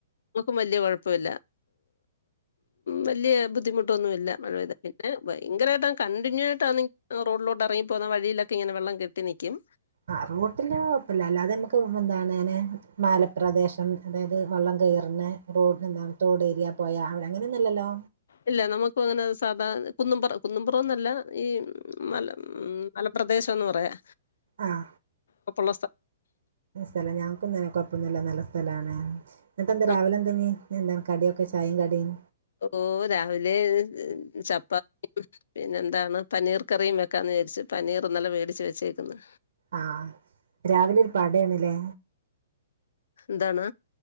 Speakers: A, on the left; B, on the right.
A: നമുക്കും വല്യ കൊഴപ്പില്ല വലിയ ബുദ്ധിമുട്ടൊന്നുമല്ല മഴ പ്ത പിന്നെ ഭയങ്കരമായിട്ട് കണ്ടിന്യൂ ആയിട്ടാണ് റോഡിലോട്ട് പറങ്ങ പോകുന്ന വഴയിലൊക്കെ ഇങ്ങന വെള്ളം കെട്ടി നിക്കും
B: ആ റോട്ടില് കുഴപ്പല്ല അല്ലാതെ നമ്മക്ക് എന്താണ് അങ്ങനെ മാലപ്രദേശം അതായത് വള്ളം കയറിന് റോഡ് എന്താണ് തോഡ് ഏരിയ പോയാൽ അവിടെ അങ്ങനെയൊന്നല്ലല്ലോ
A: ഇല്ല നമുക്ക അങ്ങനെ സാധാ കുന്നുംപറം കുന്നും്പുറംന്നല്ല ഈ മല ഉ മലറ പ്രദേശം എന്ന് പറയാ
B: ആഹ
A: അപ്പൊള്ള സ്ഥ
B: മല ഞാ കൊക്കുന്നനെ കൊഴപ്പന്നില്ല നല്ല സ്ഥലമാണ് എന്നിട്ട് എന്താ
A: നം-
B: രാവിലെ എന്ത നീ എന്താണ് കടിയൊക്കെ ചായയും കടിയും
A: ഓ രാവിലെ ചപ്പാത്തിയും പിന്നെ എന്താണ് പനീർ കറിയും വെക്കാ രി പനീർന്നല്ല വേടിച്ച് വെച്ചേക്കുന്നു
B: ആഹ രാവിലെ ഒരു പടയാണല്ലേ
A: എന്താണ്